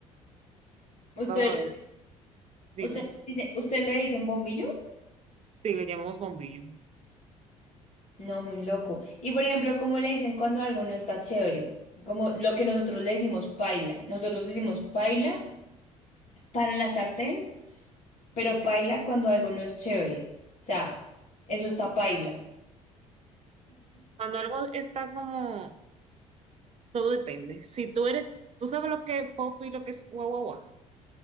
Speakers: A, on the left; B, on the right.
A: usted,
B: vamos a ver, dime.
A: usted dice, ¿usted le dicen bombillo?
B: Sí, le llamamos bombillo.
A: No, muy loco. Y por ejemplo, ¿cómo le dicen cuando algo no está chévere? Como lo que nosotros le decimos paila. Nosotros decimos paila Para la sartén, pero paila cuando algo no es chévere. O sea, eso está paila.
B: Cuando algo está como, todo depende. Si tú eres, ¿tú sabes lo que es pop y lo que es guau, guau, guau?